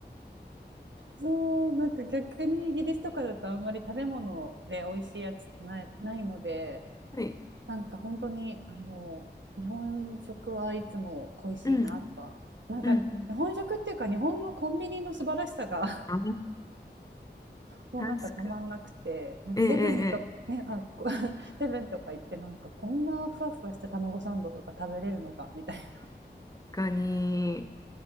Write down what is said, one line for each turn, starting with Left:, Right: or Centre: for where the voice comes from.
Right: そうなんか逆にイギリスとかだとあんまり食べ物で美味しいやつってないないので
Left: はい。
Right: なんか本当にあの日本食はいつも恋しいなとはなんか日本食っていうか日本のコンビニの素晴らしさが
Left: うんうんうん。
Right: <laughs>
Left: あ、
Right: もうなんかたまんなくてなんかセブンと、
Left: 確かに。ええええ
Right: ね、あ <laughs> セブンとか行ってなんかこんなふわふわした卵サンドとか食べれるのかみたいな
Left: かに、